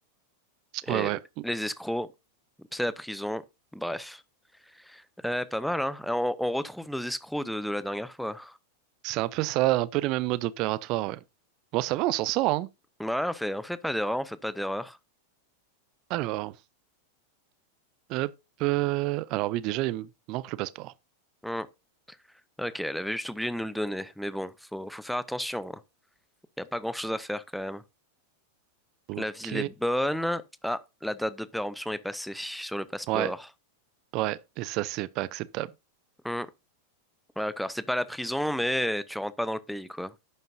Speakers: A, in the centre; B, on the right (about 40°).
A: Et
B: ouais, ouais.
A: les escrocs, c'est la prison. Bref. Euh, pas mal, hein? Et On, on retrouve nos escrocs de, de la dernière fois.
B: C'est un peu ça, un peu les mêmes modes opératoires, ouais. Bon, ça va, on s'en sort, hein.
A: Ouais, on fait, on fait pas d'erreur, on fait pas d'erreur.
B: Alors, hop. euh, Alors oui, déjà, il me manque le passeport.
A: Hmm. Ok, elle avait juste oublié de nous le donner. Mais bon, faut, faut faire attention. hein. Y a pas grand-chose à faire quand même.
B: Ok.
A: La ville est bonne. Ah, la date de péremption est passée sur le passeport.
B: Ouais, ouais. Et ça, c'est pas acceptable.
A: Hmm. Ouais, D'accord, c'est pas la prison, mais tu rentres pas dans le pays, quoi.